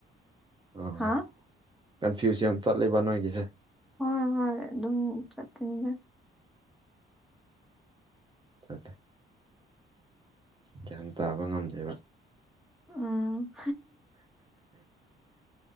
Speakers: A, on the right; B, in the centre.
A: ꯎꯝ
B: ꯍꯥ
A: ꯀꯟꯐ꯭ꯌꯨꯁ ꯌꯥꯝ ꯆꯠꯂꯦꯕ ꯅꯣꯏꯒꯤꯁꯦ
B: ꯍꯣꯏ ꯍꯣꯏ ꯑꯗꯨꯝ ꯆꯠꯀꯅꯤꯒꯦ
A: ꯆꯠꯇꯦ ꯒ꯭ꯌꯥꯟ ꯇꯥꯕ ꯉꯝꯗꯦꯕ
B: ꯎꯝ